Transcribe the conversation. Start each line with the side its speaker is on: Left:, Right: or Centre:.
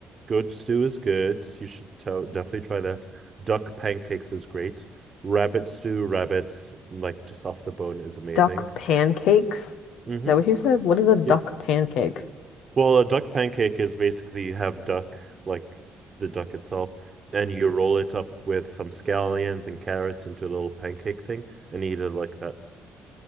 Right: Goat stew is good. You should tell, definitely try that. Duck pancakes is great. Rabbit stew, rabbits, like just off the bone, is amazing.
Left: Duck pancakes? Is
Right: hmm
Left: that what you said? What is a duck
Right: Yeah.
Left: pancake?
Right: Well, a duck pancake is basically you have duck, like the duck itself, and you roll it up with some scallions and carrots into a little pancake thing and eat it like that.